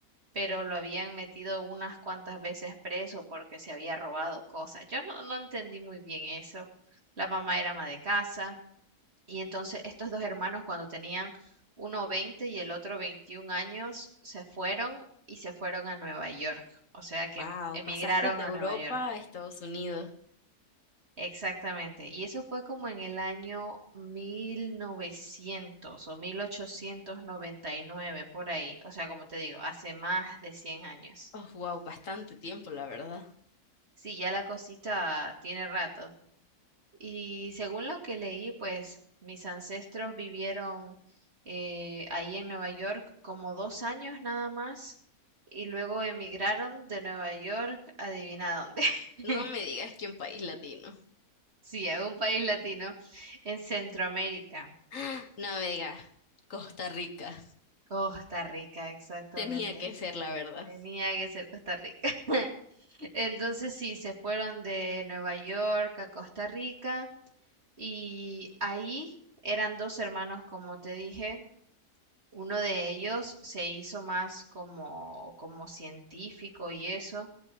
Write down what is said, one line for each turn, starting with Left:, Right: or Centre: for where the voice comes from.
Right: pero lo habían metido unas cuantas veces preso porque se había robado cosas. Yo no, no entendí muy bien eso. La mamá era ama de casa. Y entonces estos dos hermanos cuando tenían uno 20 y el otro 21 años se fueron y se fueron a Nueva York. O sea que
Left: Wow,
Right: em- emigraron
Left: pasaste de
Right: a
Left: Europa
Right: Nueva York.
Left: a Estados Unidos.
Right: Exactamente. Y eso fue como en el año 1900 o 1899 por ahí. O sea, como te digo, hace más de 100 años.
Left: Oh, wow, bastante tiempo, la verdad.
Right: Sí, ya la cosita tiene rato. Y según lo que leí, pues mis ancestros vivieron eh, ahí en Nueva York como dos años nada más y luego emigraron de Nueva York, adivina dónde. <laughs>
Left: No me digas que un país latino.
Right: Sí, a un país latino en Centroamérica.
Left: <gasps> No me digas, Costa Rica.
Right: Costa Rica, exactamente.
Left: Tenía que ser la verdad.
Right: Tenía que ser Costa Rica. <laughs> Entonces sí, se fueron de Nueva York a Costa Rica y ahí eran dos hermanos, como te dije, Uno de ellos se hizo más como, como científico y eso.